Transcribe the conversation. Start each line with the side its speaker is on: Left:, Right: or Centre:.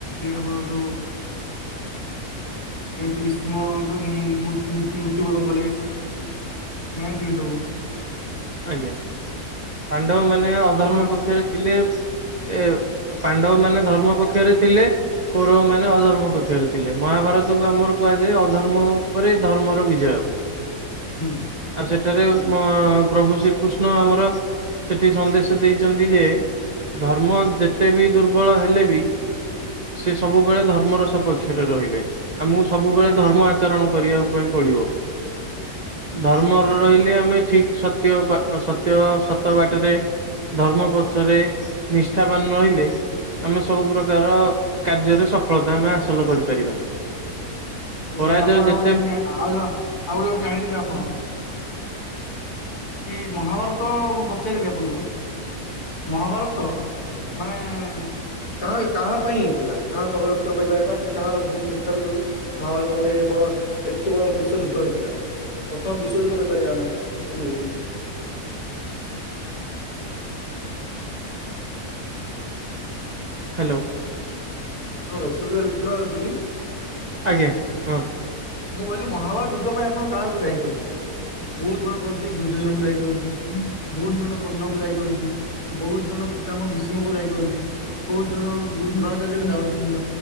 Left: ଆମର କେମିତି ବିଷ୍ମ ମୃତ୍ୟୁବରଣ କଲେ। ନାଏ କି ସବୁ
Right: ଆଜ୍ଞା ପାଣ୍ଡବ ମାନେ ଅଧର୍ମ
Left: ଆପଣ
Right: ପକ୍ଷରେ ଥିଲେ। ଏ ପାଣ୍ଡବ ମାନେ ଧର୍ମ ପକ୍ଷରେ ଥିଲେ। କୌରବମାନେ ଅଧର୍ମ ପକ୍ଷରେ ଥିଲେ ମହାଭାରତକୁ ଆମର କୁହାଯାଏ ଅଧର୍ମ ଉପରେ ଧର୍ମର ବିଜୟ। <unintelligible>
Left: ହୁଁ।
Right: ଆଉ ସେଠ ସେଠାରେ ପ୍ରଭୁ ଶ୍ରୀକୃଷ୍ଣ ଆମର ସେଠି ସନ୍ଦେଶ ଦେଇଛନ୍ତି ଯେ ଧର୍ମ ଯେତେ ବି ଦୁର୍ବଳ ହେଲେ ବି ସେ ସବୁବେଳେ ଧର୍ମର ସପକ୍ଷରେ ରହିବେ। ଆମକୁ ସବୁବେଳେ ଧର୍ମ ଆଚରଣ କରିବାକୁ ପାଇଁ ପଡିବ ଧର୍ମ ରହିଲେ ଆମେ ଠିକ ସତ୍ୟ ବା ସତ୍ୟ ସତ ବାଟରେ ଧର୍ମ ପଛରେ ନିଷ୍ଠାବାନ ରହିଲେ। ଆମେ ସବୁ ପ୍ରକାର କାର୍ଯ୍ୟରେ ସଫଳତା ଆମେ ହାସଲ କରିପାରିବା। ପରାଜୟ
Left: ଭାଇ ଆପଣ
Right: ଯେତେ
Left: ଆଉ ଗୋଟେ ଯାଇ ଆଉ ଆଉ ଗୋଟେ କଥା ଜାଣିଥେବେ ଆପଣ କି ମହାଭାରତ ମୁଁ ପଚାରିବି ଆପଣଙ୍କୁ ମହାଭାରତ ମାନେ କାହା କାହା ପାଇଁ ହେଇଥିଲା କାହା ଷଡ଼ଯନ୍ତ୍ର କହିପାରିବା କି କାହାର ଭୂମି ମୂର୍ଖାମୀ ଯୋଗୁଁ ମହାଭାରତ ଗୋଟେ ବଡ ଏତେ ବଡ ବିଶ୍ୱଯୁଦ୍ଧ ହେଇଥିଲା ପ୍ରଥମ ବିଶ୍ଵଯୁଦ୍ଧ କହିପାରିବା ଆମେ। ହୁଁ ହୁଁ ହୁଁ।
Right: ହ୍ୟାଲୋ।
Left: ହଁ ଭାଇ ସିରି ଶୁଣା ଯାଉଛି କି?
Right: ଆଜ୍ଞା ହଁ।
Left: ମୁଁ କହିଲି ମହାଭାରତ ଯୁଦ୍ଧ ପାଇଁ ଆପଣ କାହାକୁ ଦାୟୀ କରିବେ? ବହୁତ ଜଣ କରନ୍ତି ଦୁଜ ଜଣଙ୍କୁ ଦାୟୀ କରନ୍ତି ବହୁତ ଜଣ କର୍ଣ୍ଣକୁ ଦାୟୀ କରନ୍ତି। ବହୁତ ଜଣ ପିତା ଭୀଷ୍ମକୁୁ ଦାୟୀକରନ୍ତି। କହୁତ ଜଣ ଗୁରୁ ଦୂ ଦେବେ ଦାୟିତ୍ୱ